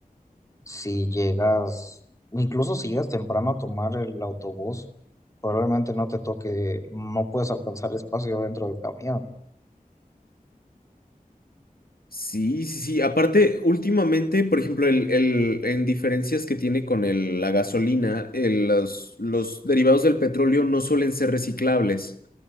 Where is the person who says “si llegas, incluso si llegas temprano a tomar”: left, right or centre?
Left